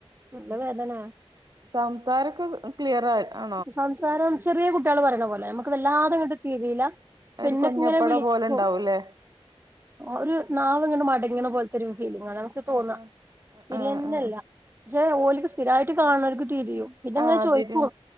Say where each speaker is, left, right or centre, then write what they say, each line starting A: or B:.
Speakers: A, on the right; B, on the right.
A: നല്ല വേദനാ
B: സംസാരൊക്കെ ക്ലിയർ ആയി അ
A: സംസാരം ചെറിയ കുട്ട്യേള് പറയണ പോലെ അമ്മക്ക് വല്ലാതെങ്ങട്ട് തിരിയില്ല പിന്നെ
B: ഒരു കുഞ്ഞപ്പട
A: ഇപ്പ ഇങ്ങനെ വിളിക്കും,
B: പോലെണ്ടാവൂലേ
A: ഒരു നാവിങ്ങനെ മടങ്ങണ പോലത്തൊരു ഫീലിംഗാണ് അമ്മക്ക് തോന്നാ
B: ആഹ്
A: തിരിയെന്നല്ല.
B: ആഹ്
A: പക്ഷെ ഓല്ക്ക് സ്ഥിരായിട്ട് കാണണോല്ക്ക് തിരിയും പിന്നെങ്ങനെ
B: ആഹ്
A: ചോയി
B: തിരു
A: <unintelligible>